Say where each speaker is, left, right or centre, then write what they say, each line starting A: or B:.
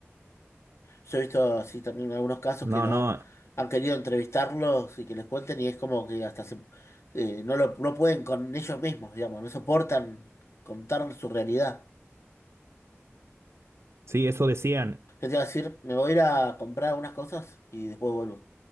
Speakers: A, on the left (about 65°); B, on the right (about 70°).
A: Yo he visto así también algunos casos que
B: No,
A: los
B: no,
A: han, han querido entrevistarlos y que les cuenten y es como que hasta se- eh, no lo, no pueden con ellos mismos, digamos, no soportan contar su realidad.
B: sí, eso decían.
A: Yo te iba a decir, me voy a ir a comprar algunas cosas y después vuelvo.